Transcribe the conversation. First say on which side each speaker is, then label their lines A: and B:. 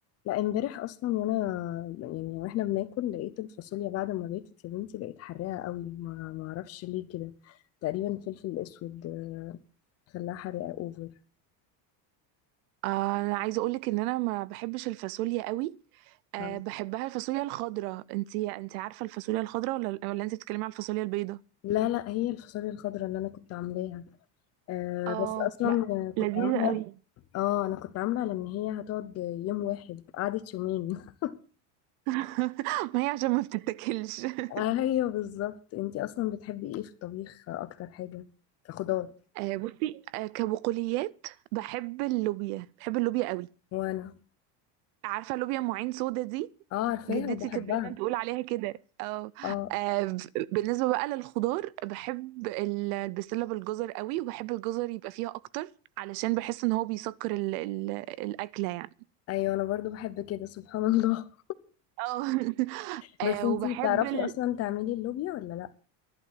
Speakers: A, on the left; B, on the right.
A: لا امبارح اصلا وانا يعني واحنا بناكل لقيت الفاصوليا بعد ما باكت يا بنتي بقت حراقه قوي ما ما اعرفش ليه كده تقريبا فلفل اسود آه، خلاها حراقه اوفر
B: آه، انا عايزه اقولك ان انا ما بحبش الفاصوليا قوي أه
A: آه.
B: بحبها الفاصوليا الخضراء انتي انتي عارفه الفاصوليا الخضراء ولا ولا انتي بتتكلمي على الفاصوليا البيضاء
A: لا لا هي الفاصوليا الخضراء اللي انا كنت عاملاها آه
B: اه
A: بس اصلا
B: لا لذيذة
A: كنت عامله
B: قوي
A: اه انا كنت عامله على ان هي هتقعد يوم واحد قعدت يومين <laughs>
B: <laughs> ما هي عشان ما بتتاكلش
A: آه
B: <laughs>
A: ايوه بالظبط انتي اصلا بتحبي ايه في الطبيخ اكتر حاجه كخضار
B: آه، بصي آه، كبقوليات بحب اللوبيا بحب اللوبيا قوي
A: وانا
B: عارفه لوبيا ام عين سودا دي
A: اه عارفاها
B: جدتي
A: وبحبها
B: كانت دايما تقول عليها كده اه
A: اه
B: آه، ب- بالنسبه بقى للخضار بحب ال- البسله بالجزر قوي وبحب الجزر يبقى فيها اكتر علشان بحس ان هو بيسكر ال ال الاكله يعني
A: ايوه انا برضو بحب كده سبحان <laughs> الله
B: اه <laughs>
A: بس
B: آه،
A: انتي
B: وبحب
A: بتعرفي
B: ال-
A: اصلا تعملي اللوبيا ولا لا